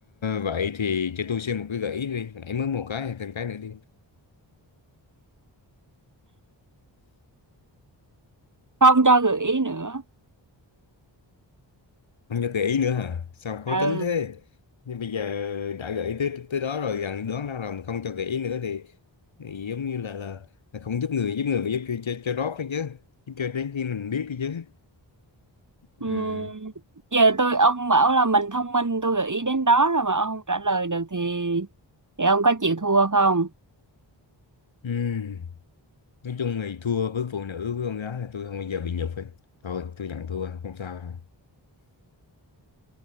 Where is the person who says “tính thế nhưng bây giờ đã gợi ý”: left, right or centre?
Left